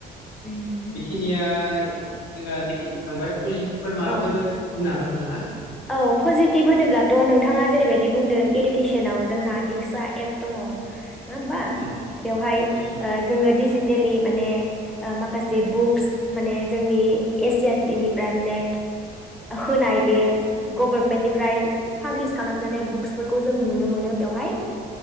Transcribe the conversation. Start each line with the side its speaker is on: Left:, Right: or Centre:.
Centre: उम
Left: बेखिनिया जोङो नेगेटिभ थांबाय। पजिटिभफोर माबाफोर
Centre: औ
Left: बुंनो हागोन थाङा
Centre: औ पजिटिभ होनोब्लाथ नोंथाङा जेरैबायदि बुंदों इडुकेसनाव जोंहा दिक्सा एप दङ। नङा होमबा
Left: उम
Centre: बेवहाय
Left: उम
Centre: ओ जोङो दिजि देलि माने ओ माखासे बुक्स माने जोंनि एसियादनिफ्राय माने होनाय बे गभरमेन्टनिफ्राय पाब्लिस खालामजानाय बुक्सफोरखौ जों नुनो मोनो बेवहाय